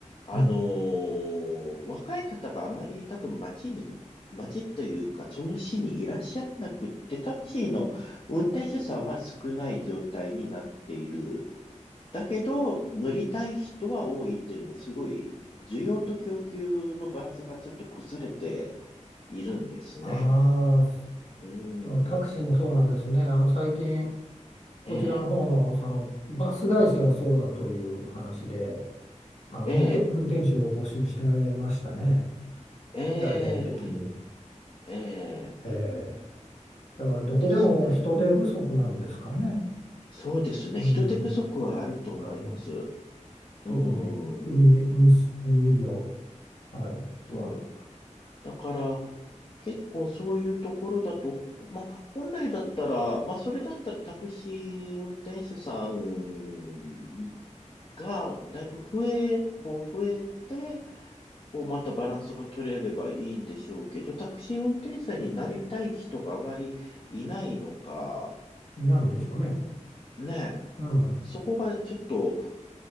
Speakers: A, on the left; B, on the left.
A: あのー若い方があまり多分街に、
B: うん。
A: 街というか、その市にいらっしゃらなくって、タクシーの運転手さんは少ない状態になっている。だけど、乗りたい人は多いっていうので、すごい、需要と供給のバランスがちょっと崩れているんですね。
B: ああ、
A: うん。
B: そのタクシーもそうなんですね。あの、最近、こちらの方の、
A: ええ、
B: そのバス会社がそうだという話で、あの運転、
A: ええ、
B: 運転手を募集してましたね、
A: ええ、
B: 大々的に。
A: ええ。
B: ええだからどこでも人手不足なんですかね、
A: そうですね。うん。そうですね。
B: うん、
A: 人手不足はあると思います。
B: この業界も。特に運輸、
A: うん。
B: 運す運輸業、はい、
A: そう。
B: は
A: だから、結構そういうところだと、まあ、本来だったら、まあ、それだったらタクシー運転手さんがだいぶ増え、こう増えて、こうまたバランスが取れればいいんでしょうけど、タクシー運転手さんになりたい人があまりいないのか、
B: いないんでしょうね。
A: ね
B: うん、
A: え。そこがちょっと、